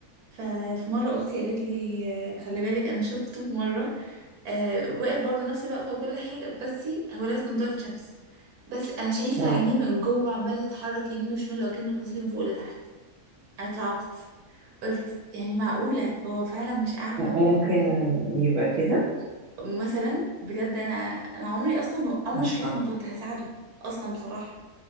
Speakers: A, on the right; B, on the right.
A: ففي مره اختي قالت لي آه، خلي بالك انا شفته مره آه واقف برضه نفس الوقفه وكل حاجه بس هو لابس نضاره شمس بس انا شايفه
B: مم.
A: عينيه من جوه عماله تتحرك يمين وشمال وكأنه باصص لي من فوق لتحت انا اترعبت قلت يعني معقوله هو فعلا مش اعمى
B: ممكن يبقى كده
A: ومثلا بجد انا انا عمري اصلا عمري
B: مش
A: في حياتي
B: عارفة
A: ما كنت هساعده اصلا بصراحه